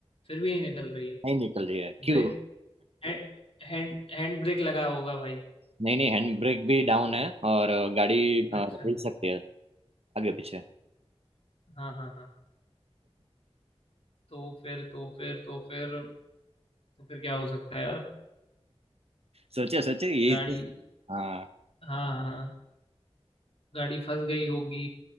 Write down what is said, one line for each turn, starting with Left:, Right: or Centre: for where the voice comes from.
Left: फिर भी नहीं निकल रही है
Right: नहीं निकल रही है क्यों
Left: ब्रेक है, हैंड हैंड ब्रेक लगा होगा भाई
Right: नहीं नहीं हैंड ब्रेक भी डाउन है और अ, गाड़ी अ,
Left: अच्छा
Right: हिल सकती है आगे पीछे
Left: हाँ हाँ हाँ तो फिर तो फिर तो फिर तो फिर क्या हो सकता है यार
Right: सोचे सोचे यही
Left: गाड़ी
Right: तो- हाँ
Left: हाँ हाँ गाड़ी फंस गई होगी